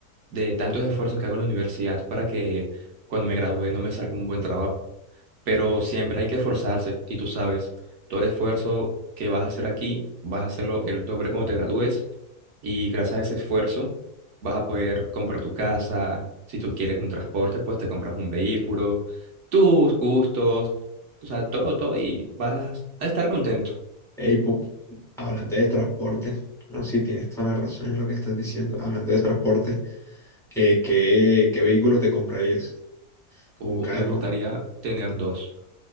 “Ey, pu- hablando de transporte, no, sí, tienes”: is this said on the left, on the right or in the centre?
Centre